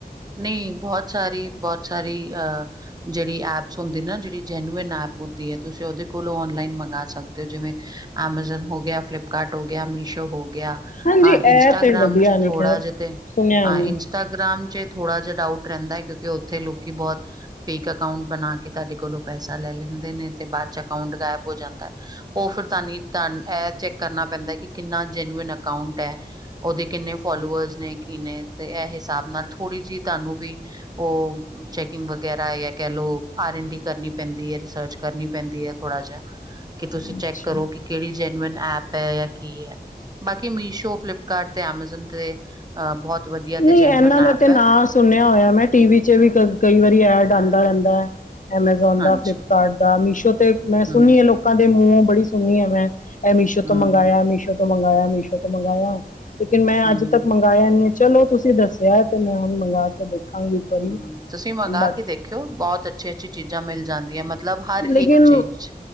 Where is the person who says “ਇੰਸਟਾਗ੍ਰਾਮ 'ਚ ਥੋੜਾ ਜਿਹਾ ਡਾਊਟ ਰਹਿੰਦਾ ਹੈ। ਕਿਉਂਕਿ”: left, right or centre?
Right